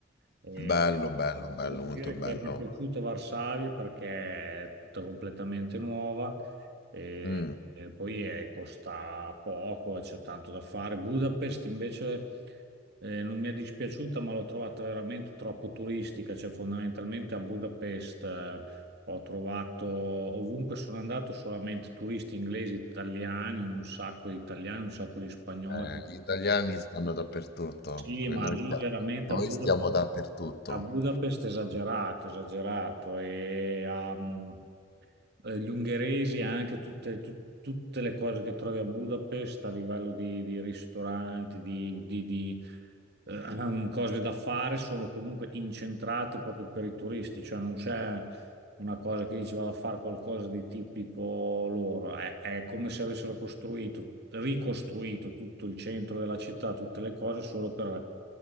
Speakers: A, on the right; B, on the left.
A: E
B: Bello, bello, bello,
A: devo
B: molto
A: dire
B: bello.
A: che mi è piaciuto Varsavia perché è tutta completamente nuova e,
B: Mm,
A: e poi eh, costa poco e c'è tanto da fare. Budapest invece eh, non mi è dispiaciuta, ma l'ho trovata veramente troppo turistica, cioè fondamentalmente a Budapest eh, ho trovato ovunque sono andato solamente turisti inglesi, italiani, un sacco di italiani, un sacco di spagnoli.
B: eh, gli italiani stanno dappertutto,
A: Sì,
B: que-
A: ma
B: noi
A: lì
B: stia-
A: veramente
B: noi
A: a Buda-
B: stiamo dappertutto.
A: a Budapest è esagerato, esagerato. E a, mm, eh, gli ungheresi anche tutte, tu- tutte le cose che trovi a Budapest a livello di, di ristoranti, di, di- di, eh, <clears throat> ehm, cose da fare sono comunque incentrate proprio per i turisti, cioè non c'è una cosa che diceva a fare qualcosa di tipico loro. È, è come se avessero costruito, ricostruito tutto il centro della città, tutte le cose solo per